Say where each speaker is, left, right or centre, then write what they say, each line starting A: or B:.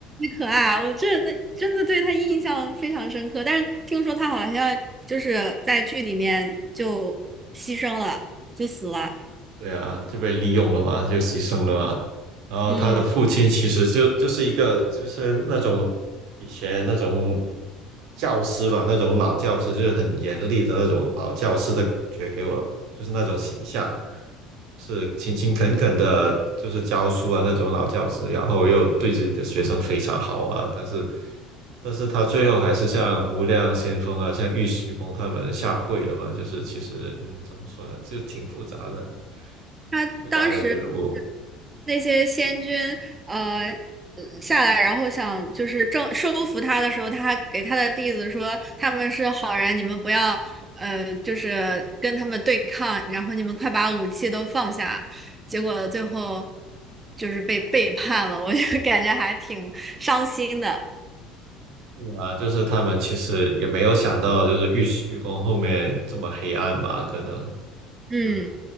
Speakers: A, on the right; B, on the right.
A: 可爱，我真的真的对他印象非常深刻。但是听说他好像就是在剧里面就牺牲了，就死了。
B: 对啊，就被利用了嘛，就牺牲了嘛。然后他的父亲其实就就是一个就是那种以前那种
A: 嗯，
B: 教师吧，那种老教师，就是很严厉的那种老教师的感觉给我，就是那种形象。是勤勤恳恳的，就是教书啊那种老教师，然后又对自己的学生非常好啊，但是，但是他最后还是像无量先锋啊，像玉虚宫他们下跪了嘛，就是其实嗯，怎么说呢，就挺复杂的，
A: 他当时。
B: 挺复杂的一个人物。
A: 那些仙君呃呃下来，然后想就是正收服他的时候，他还给他的弟子说他们是好人，你们不要呃就是跟他们对抗，然后你们快把武器都放下。结果最后就是被背叛了，我就 <laughs> 感觉还挺伤心的。
B: 对啊，就是他们其实也没有想到，就是玉虚宫后面这么黑暗吧？可能
A: 嗯，
B: 是就